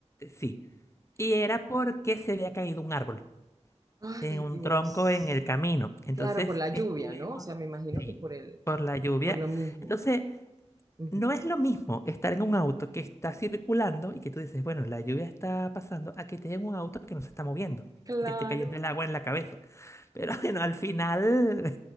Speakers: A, on the left; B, on the right.
A: Sí. Y era porque se había caído un árbol.
B: Ay,
A: en un
B: Dios.
A: tronco en el camino. Entonces
B: Claro, por la lluvia,
A: estuvimos,
B: ¿no? O sea, me imagino
A: sí,
B: que por el,
A: por la lluvia.
B: por lo mismo.
A: Entonces,
B: Ujú.
A: no es lo mismo estar en un auto que está circulando y que tú dices, bueno, la lluvia está pasando, a que estés en un auto que no se está moviendo
B: Claro.
A: y te esté cayendo el agua en la cabeza. Pero <laughs> bueno, al final,